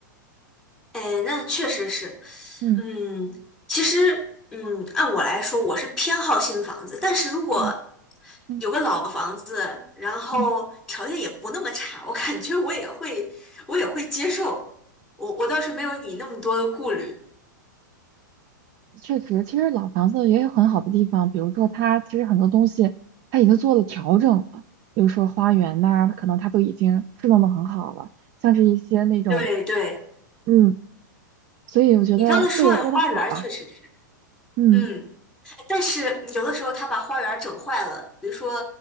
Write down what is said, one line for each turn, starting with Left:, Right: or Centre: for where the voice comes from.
Centre: 哎，那确实是，
Right: 嗯
Centre: 嗯，其实，嗯，按我来说，我是偏好新房子，但是如果
Right: 嗯嗯
Centre: 有个老房子，然后条件也不那么差，
Right: 嗯嗯。
Centre: 我感觉我也会，我也会接受。我我倒是没有你那么多的顾虑。
Right: 确实，其实老房子也有很好的地方，比如说它其实很多东西它已经做了调整了，比如说花园呐、可能它都已经施弄得很好了，像是一些那种，
Centre: 对对，
Right: 嗯，所以我觉得各有各的好吧，
Centre: 你刚才说的花园儿确实是，
Right: 嗯
Centre: 嗯。但是有的时候他把花园整坏了，比如说，